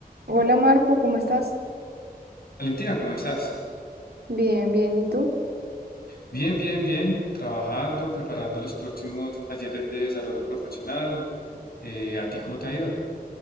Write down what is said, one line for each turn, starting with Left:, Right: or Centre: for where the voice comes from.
Right: Hola Marco, ¿cómo estás?
Left: Valentina, ¿cómo estás?
Right: Bien, bien, ¿y tú?
Left: Bien, bien, bien. Trabajando, preparando los próximos talleres de desarrollo profesional. Eh, ¿a ti cómo te ha ido?